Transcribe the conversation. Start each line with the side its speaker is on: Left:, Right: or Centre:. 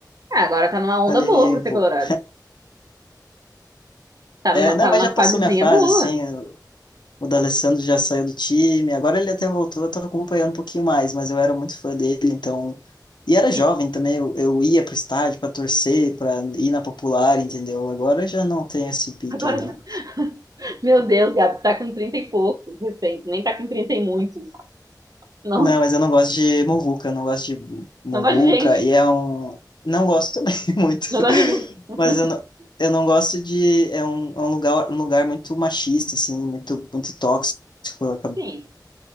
Right: ah, agora tá numa onda
Left: aliviei
Right: boa pra
Left: um
Right: ser
Left: pouco.
Right: colorado. Tá
Left: É,
Right: numa,
Left: não,
Right: tá numa
Left: mas já passou
Right: fasezinha
Left: minha fase,
Right: boa.
Left: assim. eu- O D'Alessandro já saiu do time, agora ele até voltou, eu tô acompanhando um pouquinho mais, mas eu era muito fã dele, então. E era
Right: Sim.
Left: jovem também, eu, eu ia pro estádio pra torcer, pra ir na popular, entendeu? Agora eu já não tenho esse pique
Right: Agora
Left: aí, não.
Right: já. <laughs> Meu Deus, Gabi, tá com 30 e poucos, recente. Nem tá com 30 e muitos. Não,
Left: Não, mas eu não gosto de muvuca, eu não gosto de muvuca,
Right: não gosto de gente.
Left: e é um. Não gosto também <laughs> muito.
Right: Não gosto de gente.
Left: Mas eu não,
Right: <laughs>
Left: eu não gosto de. É um, é um lugar, um lugar muito machista, assim, muito, muito tóxico. Eu acabei
Right: Sim.